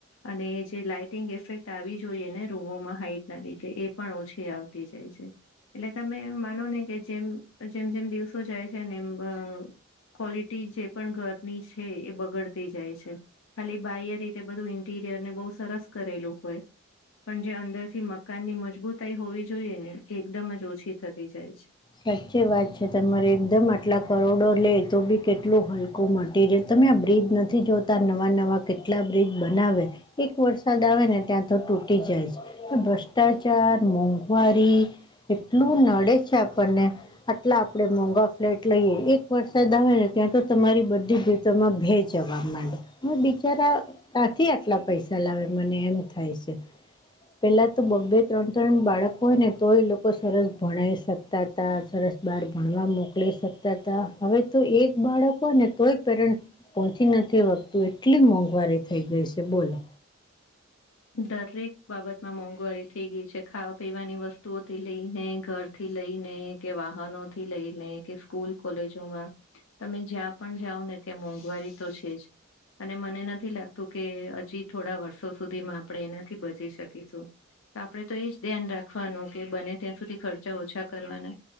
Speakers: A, on the left; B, on the left.
A: અને જે લાઈટિંગ ઇફેક્ટ આવી જ જોઈએ ને રૂમોમાં હાઈટ ના લીધે એ પણ ઓછી આવતી જાય છે. એટલે તમે માનો ને કે જેમ જેમ જેમ દિવસો જાય છે ને એમ‌ અ ક્વોલિટી જે પણ ઘરની છે એ બગડતી જાય છે. ખાલી બાહ્ય રીતે બધું ઇન્ટીરિયર ને બહુ સરસ કરેલું હોય. પણ જે અંદરથી મકાન ની મજબૂતાઈ હોવી જોઈએ ને એ એકદમ જ ઓછી થતી જાય છે.
B: સાચી વાત છે તમારે એકદમ આટલા કરોડો લે તો બી કેટલું હલકું મટીરીયલ. તમે આ બ્રિજ નથી જોતા નવા નવા કેટલા બ્રિજ બનાવે. એક વરસાદ આવે ને ત્યાં તો તૂટી જાય છે. ભ્રષ્ટાચાર મોંઘવારી એટલું નડે છે આપણને આટલા આપડે મોંઘા ફ્લેટ લઈએ એક વરસાદ આવે ને ત્યાં તો તમારી બધી તોમાં ભે જવા માંડે હ બિચારા કાંથી આટલા પૈસા લાવે મને એમ થાય છે. પેલા તો બે ત્રણ ત્રણ બાળકો હોય ને તો એ લોકો સરસ ભણાય શકે્ તા ત સરસ બાર ભણવા મોકલે શક હવે તો એક બાળકો હોયને તોય પેરન્ટ પહોંચી નથી વખતું એટલી મોંઘવારી થઈ ગઈ છે બોલો
A: દરેક બાબતમાં મોંઘવારી થઈ ગઈ છે ખાવા પીવાની વસ્તુઓથી લઈને ઘર થી લઈને કે વાહનો થી લઈને કે સ્કૂલ કોલેજોમાં તમે જ્યાં પણ જાઓ ને ત્યાં મોંઘવારી તો છે જ અને મને નથી લાગતું કે હજી થોડા વર્ષો સુધી મા આપણે એનાથી બચી શકીશું. તો આપણેે તો એજ ધ્યાન રાખવાનું કે બને ત્યાં સુધી ખર્ચા ઓછા કરવાના.